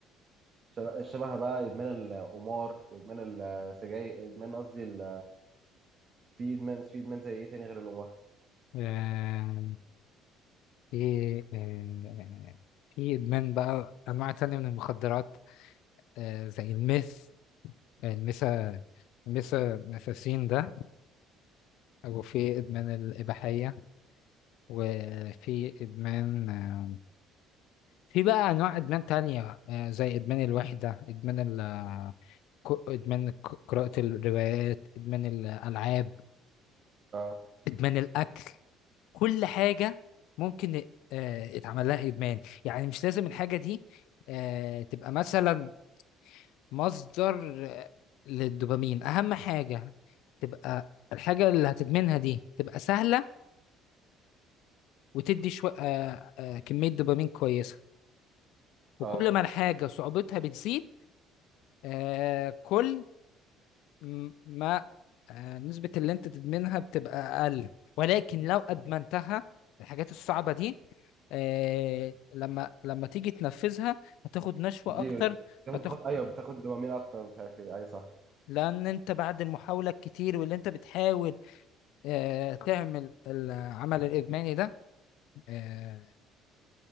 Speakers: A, on the right; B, on the left.
A: شبه شبه بقى ادمان القمار وادمان السجاير ادمان قصدي ال... في ادمان في ادمان زي ايه تاني غير القمار
B: آه، في آه، في ادمان بقى انواع تانية من المخدرات آه، زي الميث الميثا الميثامفيسين ده وفي ادمان الاباحية وفي ادمان آه، في بقى انواع ادمان تانية آه، زي ادمان الوحدة ادمان ال ك- ادمان ك- قراءة الروايات ادمان الالعاب
A: اه
B: إدمان الأكل كل حاجة ممكن آه، اتعمل لها إدمان يعني مش لازم الحاجة دي آه، تبقى مثلا مصدر آه، للدوبامين أهم حاجة تبقى الحاجة اللي هتدمنها دي تبقى سهلة وتدي شو... آه، آه، كمية دوبامين كويسة وكل
A: اه
B: ما الحاجة صعوبتها بتزيد آه، كل م- ما آه، نسبة اللي انت تدمنها بتبقى اقل ولكن لو ادمنتها الحاجات الصعبة دي آه، لما لما تيجي تنفذها هتاخد نشوة
A: بتدي
B: اكتر
A: بتاخد
B: هتاخد
A: تاخد ايوه بتاخد دوبامين اكتر مش عارف ايه ايوه صح
B: لان انت بعد المحاولة الكتير واللي انت بتحاول آه، تعمل العمل الادماني ده آه،